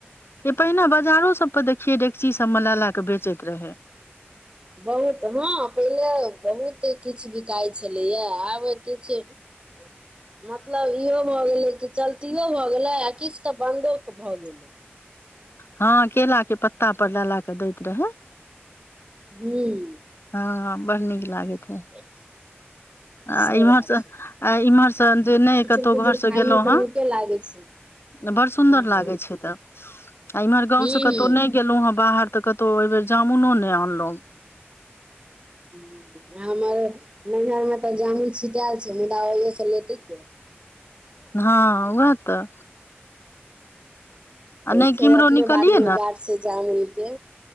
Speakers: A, on the left; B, on the right.
A: जे पहिने बाजारो सभपर देखियै डेकची सभ मे ल ला कऽ बेचैत रहै
B: बहुत हँ पहिले बहुत किछु बिकाइ छलैएा आब अते चीज <inaudible> मतलब इहो भऽ गेलै कि चलतीयौ भऽ गेलै आ किछु तऽ बन्दो भऽ गेलै
A: हँ केला के पत्ता पर ला ला के दैत रहे
B: हु
A: हँ बड़ नीक लागेैत रहै
B: <unintelligible>
A: आ
B: से
A: इम्हर
B: बात
A: सँ
B: छै
A: आ इम्हर सँ जे नय
B: किचुर
A: कतहु
B: कुचुर
A: घर सँ
B: खायमे
A: गेलहुँ
B: तऽ
A: ह
B: नीके लागै छै
A: बड सुंन्दर
B: हँ हँ
A: लागे छैय तऽ आ इमहर गाँं
B: हूँ
A: से कतहु नय गेलहुं ह बाहर तऽ कतहु आइ बेर जामुनो ने आनलहुं
B: हु हमार नैहर मे तऽ जामुन छिटाएल छैय मुदा ओे से लेते के
A: ह उएह तऽ आ नहि
B: छैय
A: किम्हरो
B: अपने
A: निकलियै
B: बारी मे गाछ से जमुन के